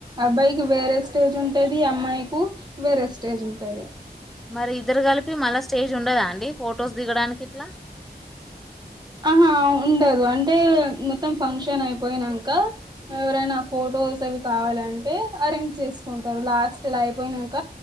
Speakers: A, on the right (about 25°); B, in the centre.
A: అబ్బాయికి వేరే స్టేజ్ ఉంటది అమ్మాయి కు వేరే స్టేజ్ ఉంటది
B: మరి ఇద్దరు గలిపి మళ్ళ స్టేజ్ ఉండదా అండి ఫొటోస్ దిగడానికిట్లా
A: అహా ఉండదు అంటే మొత్తం ఫంక్షన్ అయిపోయినంక ఎవరైనా ఫొటోస్ అవి కావాలంటే అరేంజ్ చేసుకుంటారు లాస్ట్ ల అయిపోయినంక